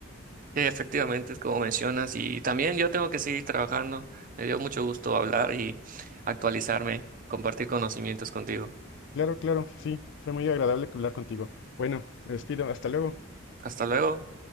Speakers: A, on the right; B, on the left.
A: Sí, efectivamente, es como mencionas, y también yo tengo que seguir trabajando. Me dio mucho gusto hablar y actualizarme, compartir conocimientos contigo.
B: Claro, claro, sí, fue muy agradable hablar contigo. Bueno, me despido, hasta luego.
A: Hasta luego.